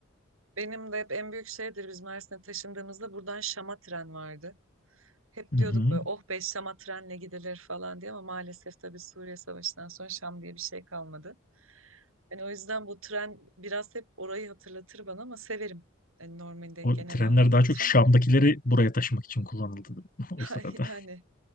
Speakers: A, on the right; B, on the left.
A: benim de hep en büyük şeydir biz Mersin'e taşındığımızda buradan Şam'a tren vardı. Hep
B: Hı
A: diyorduk
B: hı.
A: böyle oh be Şam'a trenle gidilir falan diye ama maalesef tabii Suriye Savaşı'ndan sonra Şam diye bir şey kalmadı. Yani o yüzden bu tren biraz hep orayı hatırlatır bana ama severim. Yani normalde
B: O
A: genel
B: trenler
A: anlamda
B: daha çok
A: tren.
B: Şam'dakileri buraya taşımak için kullanıldı <laughs>
A: <laughs>
B: o sırada.
A: Yani